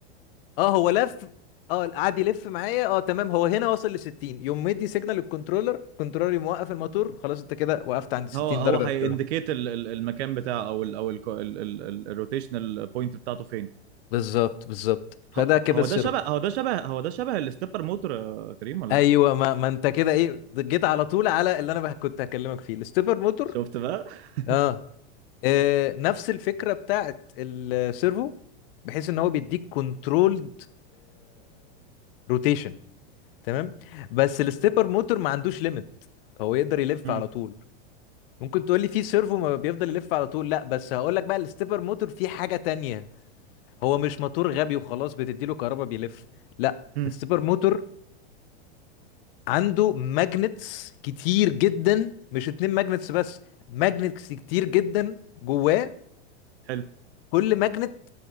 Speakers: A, on the left (about 55°); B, on the right (about 70°).
A: اه هو لف اه قعد يلف معايا اه تمام هو هنا وصل ل 60 يوم مدي سيجنال للكنترولر كنترولر يقوم موقف الموتور خلاص انت كده وقفت عند 60
B: هو هو
A: درجه
B: هينديكيت
A: بتاع.
B: المكان بتاعه او ال او الروتيشنال بوينت بتاعته فين
A: بالظبط بالظبط فده
B: ه-
A: كده
B: هو
A: السيرفو
B: ده شبه هو ده شبه هو ده شبه الستيبر موتور يا كريم ولا
A: ايوه
B: لا
A: ما ما انت كده ايه جيت على طول على اللي انا بقى كنت هكلمك فيه الستيبر موتور
B: شفت بقى <laughs>
A: اه آه، نفس الفكره بتاعت السيرفو بحيث ان هو بيديك كنترولد روتيشن تمام بس الستيبر موتور ما عندوش ليميت هو يقدر يلف
B: مم.
A: على طول ممكن تقول لي في سيرفو ما بيفضل يلف على طول لا بس هقول لك بقى الستيبر موتور فيه حاجة تانية هو مش موتور غبي وخلاص بتديله كهرباء بيلف لا
B: مم.
A: الستيبر موتور عنده ماجنتس كتير جدا مش اتنين ماجنتس بس ماجنتس كتير جدا جواه
B: حلو
A: كل ماجنت